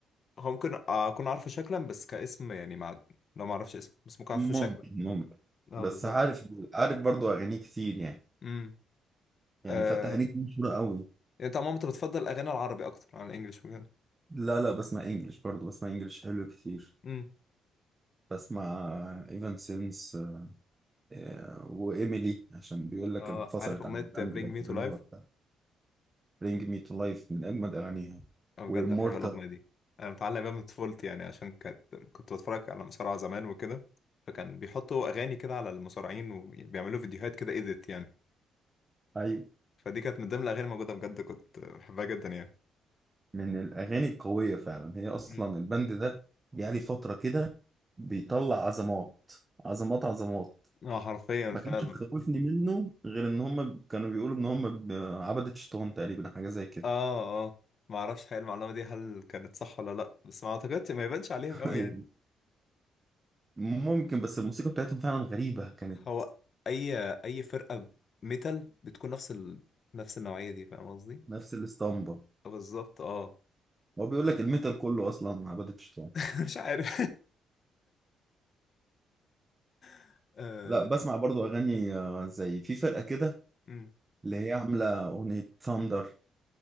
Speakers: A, on the left; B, on the right.
A: هو ممكن اكون عارفه شكلا بس كاسم يعني مع لو ما اعرفش اسمه بس ممكن اعرفه
B: ممكن
A: شكلا
B: ممكن
A: اه
B: بس
A: بالظبط
B: عارف عارف برضو أغاني كتير يعني
A: امم
B: يعني
A: آه.
B: فتح عينيك دي مشهورة قوي
A: يعني انت عموما انت بتفضل الاغاني العربي اكتر عن الانجليش وكده
B: لا لا بسمع إنجلش برضو بسمع إنجلش حلو كتير
A: امم
B: بسمع إيفان سينس آه، وإيميلي عشان بيقول لك
A: اه
B: انفصلت
A: عارف اغنيه
B: عن الباند
A: برينج
B: بقت
A: مي
B: تغني
A: تو لايف
B: لوحدها برينج مي تو لايف من أجمد أغانيها
A: انا
B: وإمورتال
A: بجد بحب الاغنيه دي انا متعلق بيها من طفولتي يعني عشان كانت كنت بتفرج على مصارعه زمان وكده فكان بيحطوا اغاني كده على المصارعين وبيعملوا فيديوهات كده ايديت يعني
B: أيوة
A: فدي كانت من ضمن الاغاني الموجوده بجد كنت بحبها جدا يعني
B: من الأغاني القوية فعلا هي أصلا
A: مم.
B: البند ده جه لي فترة كده بيطلع عظمات عظمات عظمات
A: اه حرفيا
B: ما
A: فعلا
B: كانتش بتخوفني منه غير إن هم كانوا بيقولوا إن هم ب- عبدة شيطان تقريبا حاجة زي كده
A: اه اه ما اعرفش حقيقة المعلومه دي هل كانت صح ولا لا بس ما اعتقدش ما يبانش عليهم
B: <laughs>
A: قوي
B: أيوه
A: يعني
B: ممكن بس الموسيقى بتاعتهم فعلا غريبة كانت
A: هو اي اي فرقه ميتال بتكون نفس ال... نفس النوعيه دي فاهم قصدي
B: نفس الاسطمبة
A: آه، بالظبط اه
B: هو بيقول لك الميتال كله أصلا عبدة شيطان
A: <laughs> مش عارف <laughs> آه
B: لا بسمع برضو أغاني آه، زي في فرقة كده
A: أمم.
B: اللي هي عاملة أغنية ثاندر